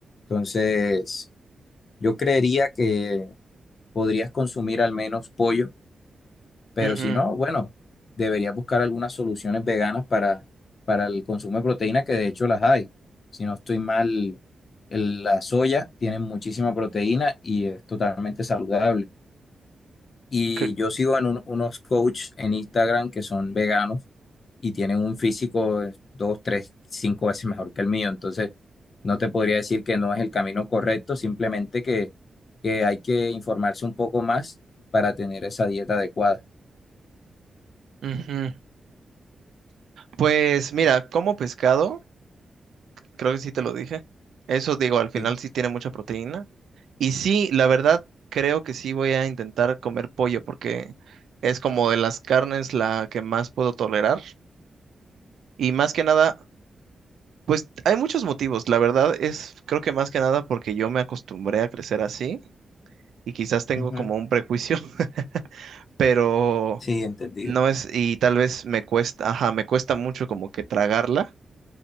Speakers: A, on the left; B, on the right.
A: Entonces... Yo creería que podrías consumir al menos pollo, pero
B: Ujú,
A: si no, bueno, deberías buscar algunas soluciones veganas para, para el consumo de proteína, que de hecho las hay. Si no estoy mal, el- la soya tiene muchísima proteína y es totalmente saludable. Y
B: que-
A: yo sigo en un- unos coach en Instagram que son veganos y tienen un físico de dos, tres, cinco veces mejor que el mío. Entonces, no te podría decir que no es el camino correcto, simplemente que, que hay que informarse un poco más para tener esa dieta adecuada.
B: ujú. Pues mira, como pescado, creo que sí te lo dije. Eso digo, al final
A: Sí,
B: sí tiene mucha proteína. Y sí, la verdad, creo que sí voy a intentar comer pollo porque es como de las carnes la que más puedo tolerar. Y más que nada, pues hay muchos motivos. La verdad es, creo que más que nada porque yo me acostumbré a crecer así y quizás tengo
A: Ujú.
B: como un prejuicio, <laughs> pero
A: Sí, entendido.
B: no es, y tal vez me cuesta, ajá, me cuesta mucho como que tragarla.